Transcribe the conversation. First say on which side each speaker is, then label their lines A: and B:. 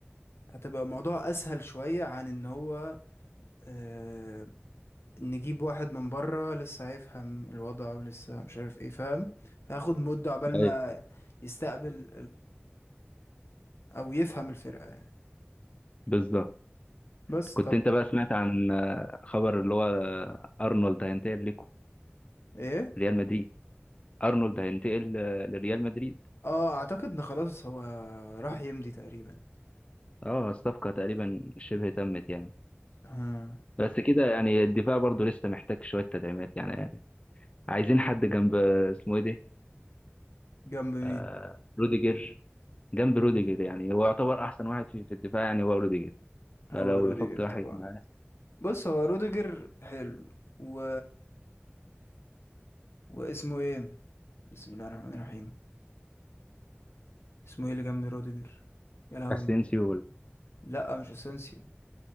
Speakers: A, on the left (about 75°); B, on the left (about 30°).
A: هتبقى الموضوع أسهل شوية عن إن هو آه نجيب واحد من بره لسه هيفهم الوضع ولسه مش عارف ايه فاهم فهاخد مدة عقبال
B: ايوه
A: ما يستقبل او يفهم الفرقة يعني
B: بالظبط
A: بس
B: كنت
A: طب
B: انت بقى سمعت عن آه، خبر اللي هو آه، ارنولد هينتقل لكم
A: ايه
B: ريال مدريد ارنولد هينتقل آه، لريال مدريد
A: اه اعتقد ان خلاص هو راح يمضي تقريبا
B: اه الصفقة تقريبا شبه تمت يعني
A: ها
B: بس كده يعني الدفاع برضو لسه محتاج شوية تدعيمات يعني عايزين حد جنب اسمه ايه ده
A: جنب مين
B: آه روديجر جنب روديجر يعني هو يعتبر أحسن واحد في, في الدفاع يعني هو روديجر
A: هو
B: فلو
A: روديجر
B: يحط واحد
A: طبعا
B: معاه
A: بص هو روديجر حلو و واسمه ايه بسم الله الرحمن الرحيم اسمه ايه اللي جنب روديجر يا لهوي
B: اسينسيو ولا
A: لا مش اسانسيو